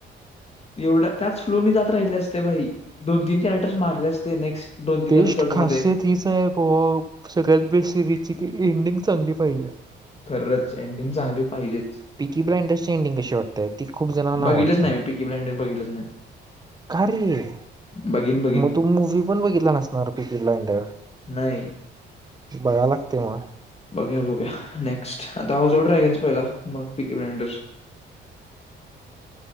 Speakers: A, on the left; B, on the right.
A: एवढं त्याच फ्लो न जात राहिले असते भाई दोन तीन कॅरेक्टरस मारले असते नेक्स्ट दोन तीन.
B: बेस्ट खासियत
A: मध्ये.
B: हीच आहे ब सगळ्यात बेस्ट सिरीजची की एंडिंग चांगली पाहिजे.
A: खरंच एंडिंग चांगली पाहिजे.
B: पिककीबायडिंग ची एंडिंग कशी वाटतेय ती खूप जणांना
A: बघितलंच
B: आवडते.
A: नाही मी पिकी ब्लाइंडर बघितलंच नाही
B: कारे.
A: बघीन बघीन
B: मग तू मूवी् पण बघितला नसणार पीकी ब्लाइंडर.
A: नाही.
B: बघायला लागते म.
A: बघ्या बघ्या नेक्स्ट आता हाऊस ऑफ ऑफ ड्रॅगन्स पहिला मग पीकी ब्ँडर्.
B: ह <unintelligible>